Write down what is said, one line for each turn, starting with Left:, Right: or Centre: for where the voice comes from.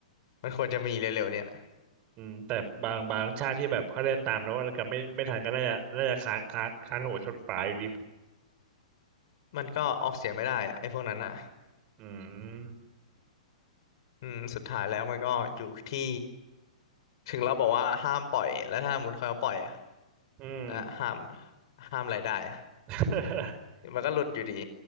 Left: มันควรจะมีเร็วๆเนี่ย
Right: อืมแต่บางบางชาติที่แบบเขาได้ตามแล้วว่ากับไม่ไม่ทันก็น่าจะน่าจะค้านค้านค้านหัวชนฝาอยู่ดี
Left: มันก็ออกเสียงไม่ได้อะไอ้พวกนั้นอ่ะ
Right: อืม
Left: อืมสุดท้ายแล้วมันก็อยู่ที่ถึงเราบอกว่าห้ามปล่อยแล้วถ้ามุนเขาปล่อยอะ
Right: อืม
Left: และห้ามห้ามรายได้อะ
Right: <laughs>
Left: มันก็หลุดอยู่ดี